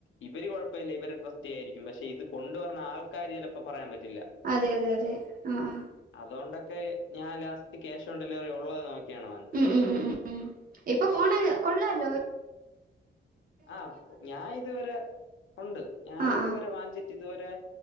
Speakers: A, on the left; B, on the right.
A: ഇവര് കൊഴ പ്പല്ല. ഇവരെ ട്രസ്റ്റ് ചെയായിരിക്കും. പക്ഷെ ഇത് കൊണ്ട് വർണേ ആൾക്കാര് ചെലപ്പോ പറയാൻ പറ്റില്ല.
B: അതെ അതെ അതെ ആഹ് ആഹ്
A: അതോണ്ടൊക്കെ ഞാൻ ലാസ്റ്റ് ക്യാഷ് ഓൺ ഡെലിവറി ഉള്ളത് നോക്കിയാണ് വാങ്ങിച്ചത്.
B: ഉം ഉം ഉം ഉം ഉം ഇപ്പൊ ഫോണ് കൊള്ളാല്ലൊ.
A: ആഹ് ഞാ ഇതുവരെ ഉണ്ട്. ഞാ
B: ആ
A: ഇതുവരെ
B: ആ
A: വാങ്ചിട്ട് ഇതുവരെ